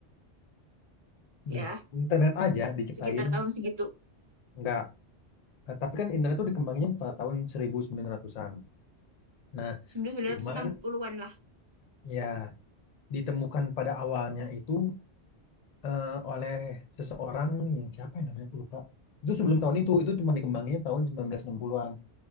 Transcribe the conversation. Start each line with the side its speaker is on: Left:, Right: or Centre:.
Right: Ya,
Left: Nih, internet aja diciptain
Right: sekitar tahun segitu
Left: nggak Nah, tapi kan internet itu dikembangin pada tahun 1900-an. Nah,
Right: 1960-an
Left: Cuman
Right: lah.
Left: ya ditemukan pada awalnya itu eh, oleh seseorang yang siapa yang namanya aku lupa. Itu sebelum tahun itu, itu cuma dikembanginnya tahun 1960-an.